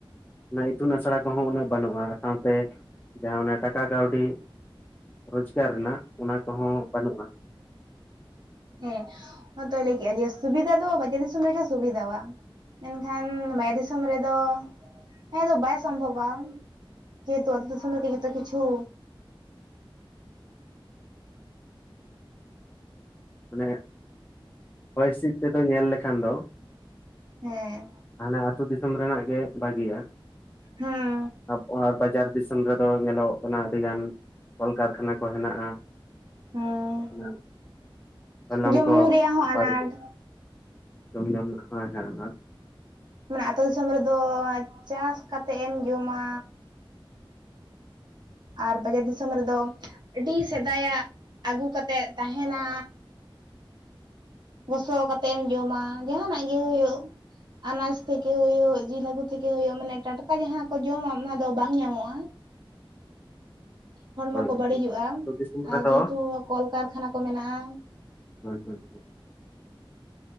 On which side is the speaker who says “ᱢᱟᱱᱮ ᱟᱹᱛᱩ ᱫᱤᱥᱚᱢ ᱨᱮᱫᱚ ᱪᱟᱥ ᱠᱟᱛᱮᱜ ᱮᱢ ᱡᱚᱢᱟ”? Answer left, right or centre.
Right